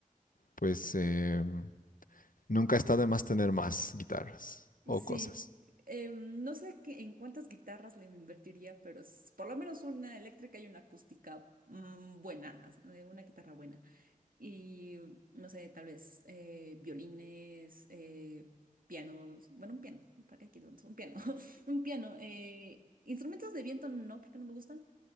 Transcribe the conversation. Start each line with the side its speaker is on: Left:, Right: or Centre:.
Left: pues eh, nunca está de más tener más guitarras o
Right: Sí,
Left: cosas.
Right: em, no sé qué- en cuántas guitarras le invertiría, pero s- por lo menos una eléctrica y una acústica mm, buena, eh, una guitarra buena. Y no sé, tal vez eh, violines, eh, pianos, bueno, un piano, ¿para qué quiero tantos? Un piano, <laughs> un piano. eh, instrumentos de viento no, porque no me gustan,